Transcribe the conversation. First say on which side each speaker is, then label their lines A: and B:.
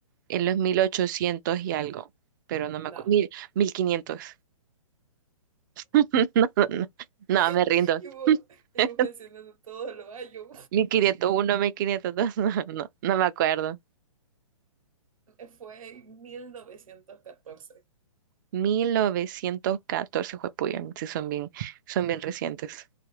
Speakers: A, on the right (about 35°); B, on the right (about 75°).
A: en los 1800 y algo, pero no me
B: no.
A: acuerdo, mil, mil quinientos. <laughs> No, no, no, no,
B: <laughs>
A: me rindo.
B: Y vos, y
A: <laughs>
B: vos mencionando todos los años,
A: 1501, 1502, <laughs> no, no, no me acuerdo.
B: <laughs> fue en 1914.
A: 1914, Puyan, sí son bien, son bien recientes.